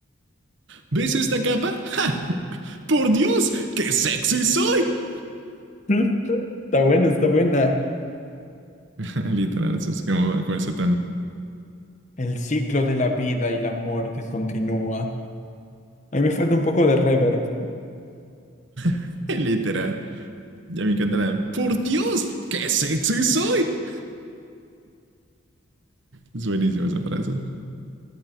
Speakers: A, on the right; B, on the left.
A: ¿Ves esta capa? <laughs> ¡Ja! ¡Por Dios! ¡Qué sexy soy!
B: Mm, Está buena, está buena.
A: <laughs> Literal, eso es como con ese tono.
B: El ciclo de la vida y la muerte continúa. A mí me falta un poco de reverb.
A: <laughs> Literal. Ya me encanta la ¡Por Dios! ¡Qué sexy soy! Es buenísima esa frase.